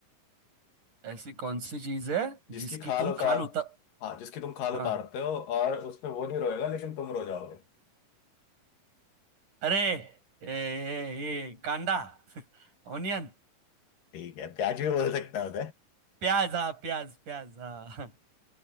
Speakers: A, on the right; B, on the left.
A: ऐसी कौन सी चीज है
B: जिसकी
A: जिसकी
B: खाल
A: तुम
B: उतार
A: खाल उतर
B: हाँ जिसकी तुम खाल
A: हाँ
B: उतारते हो और उसमें वो नहीं रोएगा लेकिन तुम रो जाओगे
A: अरे ए, ए, ए, कांदा <laughs> ऑनियन
B: ठीक है प्याज भी बोल सकता हूँ
A: प्याज हाँ प्याज प्याज हाँ